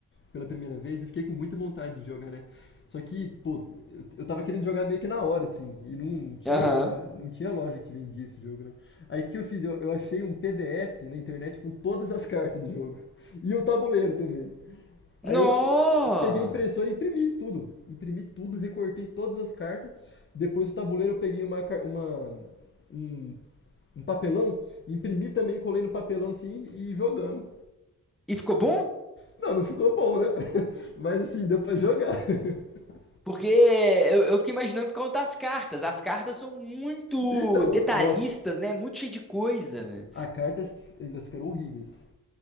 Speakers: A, on the left; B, in the centre.
A: pela primeira vez, eu fiquei com muita vontade de jogar, né? Só que, pô, eu, eu tava querendo jogar meio que na hora, assim, e não tinha
B: Aham.
A: loja, não tinha loja que vendia esse jogo, né? Aí o que eu fiz? Eu, eu achei um PDF na internet com todas as cartas do jogo. E o tabuleiro também.
B: Nó!
A: Aí eu eh, peguei a impressora e imprimi tudo. Imprimi tudo, recortei todas as cartas. Depois do tabuleiro eu peguei uma, car- uma, um um papelão, imprimi também, colei no papelão assim e jogamos.
B: E ficou bom?
A: Não, não ficou bom, né? <laughs> Mas assim, deu pra jogar. <laughs>
B: Porque eu, eu fiquei imaginando por causa das cartas. As cartas são muito
A: Então,
B: detalhistas,
A: nossa,
B: né? Muito cheio de coisa, velho.
A: a carta, elas ficaram horríveis.